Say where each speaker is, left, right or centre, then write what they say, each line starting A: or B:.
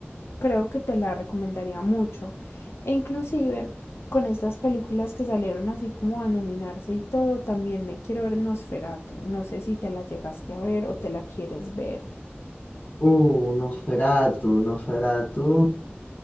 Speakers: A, on the left; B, on the left.
A: creo que te la recomendaría mucho. E inclusive con estas películas que salieron así como a nominarse y todo, también me quiero ver Nosferatu. No sé si te la llegaste a ver o te la quieres ver.
B: Uh, Nosferatu, Nosferatu.